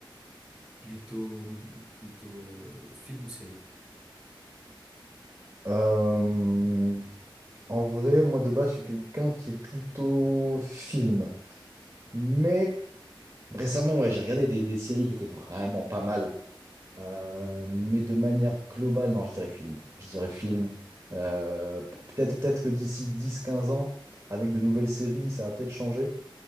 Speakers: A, in the centre; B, on the right.
A: Plutôt, plutôt euh, film ou série?
B: euh, en vrai, moi, de base, je suis quelqu'un qui est plutôt film. Mais récemment, ouais, j'ai regardé des, des séries qui étaient vraiment pas mal. Euh, mais de manière globale, non, je dirais film. Je dirais film. Euh, p- peut-être, peut-être que d'ici dix quinze ans, avec de nouvelles séries, ça va peut-être changer.